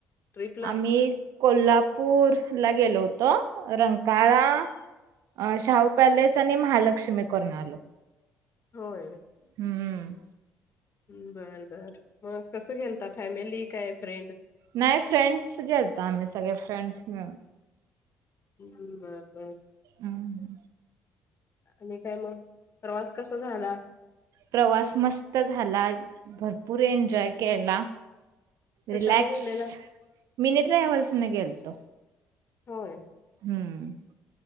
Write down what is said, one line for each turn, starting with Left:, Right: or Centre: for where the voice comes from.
Left: ट्रिपला
Right: आम्ही कोल्हापूर, ला गेलो होतो रंकाळा अ शाहू पॅलेस आणि महालक्ष्मी करून आलो.
Left: होय.
Right: हम्म
Left: हम्म, बर बर, मग कसं गेलता फॅमिली काय फ्रेंड?
Right: नाही फ्रेंड्स गेलतो आम्ही सगळे फ्रेंड्स मिळून
Left: हम्म बरं बर
Right: हम्म
Left: आणि काय मग प्रवास कसा झाला?
Right: प्रवास मस्त झाला. भरपूर एन्जॉय केला.
Left: कश्यान
Right: रिलॅक्स
Left: गेलेला?
Right: मिनी ट्रॅव्हल्स न गेलतो.
Left: होय.
Right: हम्म